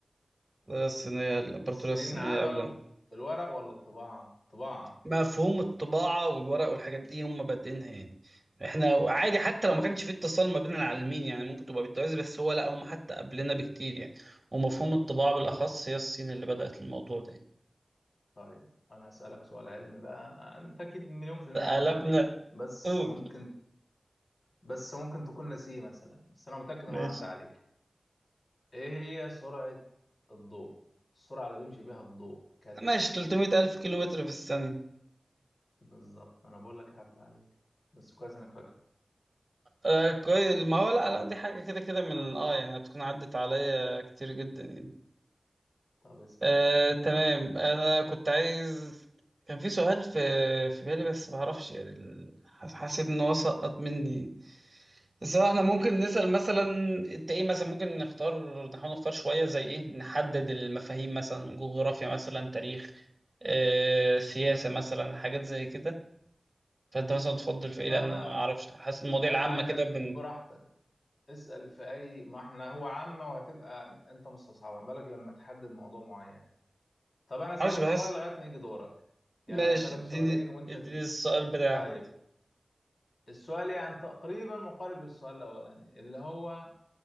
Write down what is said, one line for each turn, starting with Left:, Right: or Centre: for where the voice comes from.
Right: لا الصينية الإمبراطورية
Left: السنين
Right: الصينية
Left: عملوا
Right: قبلنا
Left: الورق ولا الطباعة طباعة
Right: مفهوم الطباعة والورق والحاجات دي هم بادئينها يعني احنا عادي حتى لو ما كانش في اتصال ما بين العالمين يعني ممكن تبقى بالتوازي بس هو لا هم حتى قبلنا بكتير يعني ومفهوم الطباعة بالأخص هي الصين اللي بدأت الموضوع ده يعني.
Left: طيب انا اسألك سؤال علمي بقى انت اكيد مليون في المية عدى
Right: آلافنا
Left: عليك بس
Right: قول
Left: ممكن بس ممكن تكون نسيه مثلا بس انا متأكد
Right: ماشي
Left: انه عدى عليك ايه هي سرعة الضوء السرعة اللي بيمشي بيها الضوء كذا
Right: ماشي 300 ألف كيلومتر في الثانية
Left: بالظبط انا بقول لك عدى عليك بس كويس انك فاكره
Right: آه كويس ما هو لا لا دي حاجة كده كده من اه يعني هتكون عدت عليا كتير جدا يعني
Left: طب اسأل
Right: آه تمام انا كنت عايز كان في سؤال في في بالي بس ما اعرفش يعني ال- حس- حسيت ان هو سقط مني يعني. بس احنا ممكن نسأل مثلا انت ايه مثلا ممكن نختار نحاول نختار شوية زي ايه نحدد المفاهيم مثلا جغرافيا مثلا تاريخ آه سياسة مثلا حاجات زي كده فانت مثلا تفضل في
Left: بقى
Right: ايه لان
Left: انا
Right: أنا ما اعرفش حاسس المواضيع
Left: انا
Right: العامة
Left: عايزك
Right: كده بن
Left: براحتك اسأل في اي ما احنا هو عامة وهتبقى أن- انت مستصعبها ما بالك لما تحدد موضوع معين طب انا اسألك
Right: معرفش بحس
Left: سؤال لغاية ما يجي دورك يعني
Right: ماشي
Left: انا اسألك
Right: اديني
Left: سؤالين وانت
Right: اديني
Left: تب...
Right: السؤال بتاعك
Left: طيب السؤال يعني تقريبا مقارب للسؤال الاولاني اللي هو